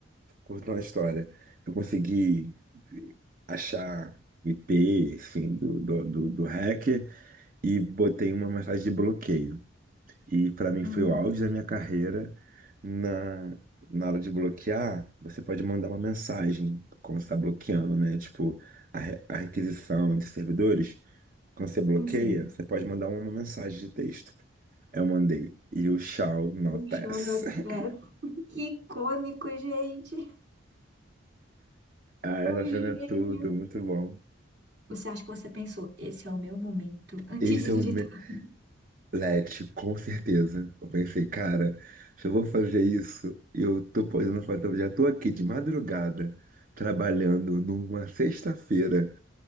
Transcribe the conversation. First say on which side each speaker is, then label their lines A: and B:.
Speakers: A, on the right; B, on the right.
A: cortando a história, eu consegui achar o IP, enfim, do, do, do, do hacker e botei uma mensagem de bloqueio. E para mim
B: Hum,
A: foi o auge da minha carreira. Na, na hora de bloquear, você pode mandar uma mensagem quando você está bloqueando, né? Tipo, a, re- a requisição entre servidores. Quando você bloqueia,
B: sim, sim.
A: você pode mandar uma mensagem de texto. Eu mandei. You shall not
B: Luciano
A: pass. <laughs>
B: é? que icônico, gente!
A: Ah,
B: Um
A: essa cena
B: gênio!
A: é tudo, muito bom.
B: Você acha que você pensou, esse é o meu momento, antes
A: Esse
B: de
A: é
B: digitar.
A: o, me- Let, com certeza. Eu pensei, cara, se eu vou fazer isso, eu tô podendo fazer, eu já tô aqui de madrugada, trabalhando numa sexta-feira